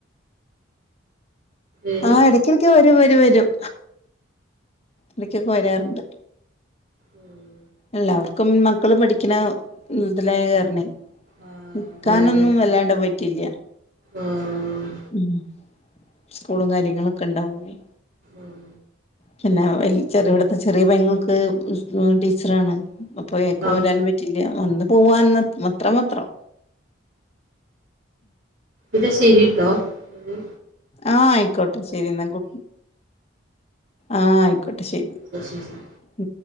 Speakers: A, on the right; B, on the left.
A: ഏഹ്
B: ആഹ് ഇടക്കിടക്ക് വരും വരും വരും ഇടക്കൊക്കെ വരാറിണ്ട്
A: ഉം
B: എല്ലാവർക്കും മക്കള് പഠിക്കണ ഇതിലായ കാരണേ
A: ആഹ്
B: നിക്കാനൊന്നും
A: അതെ അതെ
B: വല്ലാണ്ട പറ്റില്ല
A: ആഹ്
B: ഉം സ്കൂളും കാര്യങ്ങളൊക്കെ ഇണ്ടാവുമ്പളെ
A: ആഹ്
B: പിന്നെ വൽ ചെറിയ ഇവിടത്തെ ചെറിയ പെങ്ങൾക്ക് ടീച്ചറാണ് അപ്പൊയക്കെ
A: ആഹ്
B: വരാൻ പറ്റ റ്റില്ല വന്ന് പോവാന്ന മത്ര മാത്രം.
A: ൻ്റെ ശരിട്ടോ ഉം.
B: ആഹ് ആയ്ക്കോട്ടെ ശരിന്നാ കു ആഹ് ആയ്ക്കോട്ടെ ശരി.
A: അ ശരി.
B: ഉം